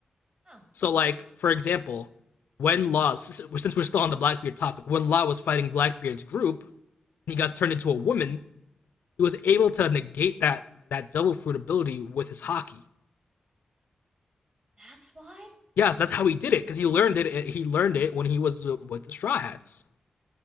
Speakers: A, on the right; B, on the left.
A: Oh,
B: So, like for example, when Law, since we're still on the Blackbeard topic, when Law was fighting Blackbeard's group, and
A: right.
B: he got turned into a woman. He was able to negate that that devil fruit ability with his hockey.
A: That's why?
B: Yes, that's how he did it because he learned it. eh, He learned it when he was uh, with the Straw Hats.